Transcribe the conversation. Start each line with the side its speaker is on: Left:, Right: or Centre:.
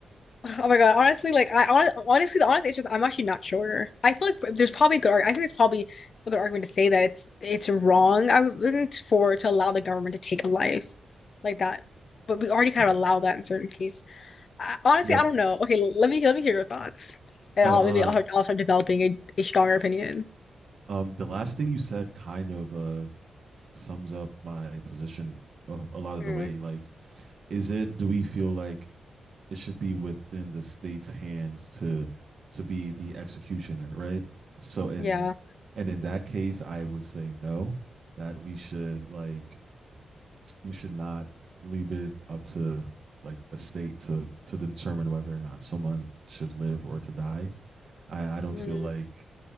Left: Oh my God. Honestly, like I hon honestly the honest answer is I'm actually not sure. I feel like there's probably a good arg I think there's probably a good argument to say that it's it's wrong, I wouldn't for to allow the government to take a life like that. But we already kind
Right: Yeah.
Left: of allow that in certain cases. I, honestly,
Right: Yep.
Left: I don't know. Okay, l- let me let me hear your thoughts. And
Right: No,
Left: I'll
Right: uh
Left: maybe I'll, I'll start developing a, a stronger opinion.
Right: um the last thing you said kind of uh sums up my position a, a lot of
Left: Mm,
Right: the way. Like, is it do we feel like it should be within the state's hands to to be the executioner, right? So in
Left: yeah.
Right: and in that case, I would say no, that we should like we should not leave it up to like a state to to determine whether or not someone should live or to die. I, I don't
Left: Mm,
Right: feel like